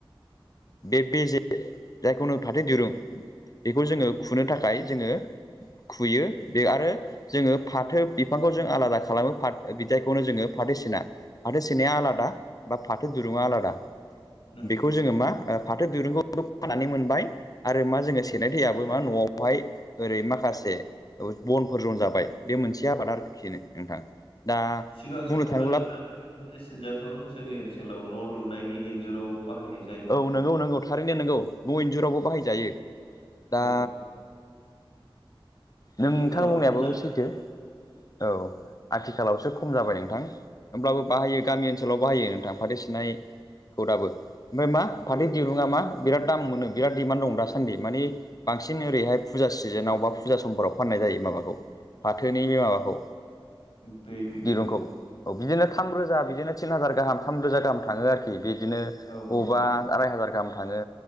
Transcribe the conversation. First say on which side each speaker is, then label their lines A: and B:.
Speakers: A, on the left (about 40°); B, on the left (about 80°).
A: बे बेजे जायखौ नों फाथो दिरुं बेखौ जोङो खुनो थाखाय जोङो खुयो बे आरो जोङो फाथो बिफांखौ जों आलादा खालामो फा बिदाइखौनो जोङो फाथो सिना फाथो सोनाया आलादा
B: औ
A: बा फाथो दुरुङा आलादा।
B: नंगौ
A: बेखौ जोङो मा फाथो दिरुंखौ फोनानै मोनबाय आरो मा जोङो सेरनाय दैयाबो मा न'आवहाय ओरै माखासे बनफोरजन जनजाबाय बे मोनसे आबाद आरोखिनो नोंथां दा
B: सिगां समावथ'
A: बुंनो थाङोब्ला
B: नों फाथो सिनजाखौ जोंनि ओनसोलाव न' लुनायनि इन्जुराव बाहायनाय जायो।
A: औ नंगौ नंगौ थारैनो नोंगौ न' इन्जुरावबो बाहायजायो दा
B: औ आथिखालाव
A: नोंथां बुंनायाबो
B: खम
A: सैथो औ आथिखालावसो खम जाबाय नोंथां। होमब्लाबो बाहायो गामि ओनसोलाव बाहायो नोंथां फाथो सिनायखौ दाबो। ओमफ्राय मा
B: जादों
A: फाथै दिरुंङा मा बिरात दाम मोनो बिरााद दिडिमान्ड दं दासान्दि मानि बांसिन ओरैहाय फुजा सिजोनाव बा फुजा समफोराव फाननाय जायो माबाखौ फाथोनि बे माबाखौ
B: बै बिगुरखौ
A: दिरुंखौ औ बिदिनो थाम रोजा बिदिनो थिन हाजार गाहाम थामरोजा गाहाम थाङो आरोखि बिदिनो
B: औ
A: अबा
B: औ औ
A: आराय हाजार गाहाम थाङो